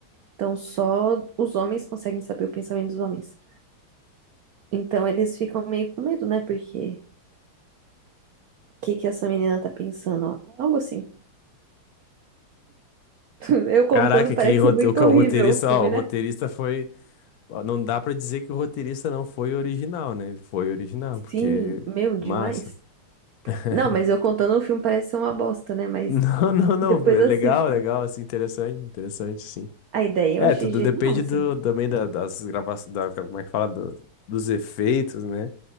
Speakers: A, on the right (about 75°); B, on the left (about 65°).
A: Então, só os homens conseguem saber o pensamento dos homens. Então eles ficam meio com medo, né? Porque o que que essa menina tá pensando? ó? Algo assim. <laughs> Eu contando
B: Caraca,
A: parece
B: que rote-
A: ser muito
B: o ca-
A: horrível
B: o roteirista,
A: o filme,
B: ó, o roteirista
A: né?
B: foi, ó, não dá pra dizer que o roteirista não foi original, né? Ele foi original, porque
A: Sim, meu, demais.
B: massa. <laughs>
A: Não, mas eu contando o filme parece ser uma bosta, né? Mas
B: Não, não, não,
A: depois
B: é
A: assista.
B: legal, legal, assim, interessante, interessante, sim.
A: A ideia
B: É,
A: eu achei
B: tudo
A: genial,
B: depende
A: assim.
B: do, também da- das gravações, da, como é que fala, do- dos efeitos, né?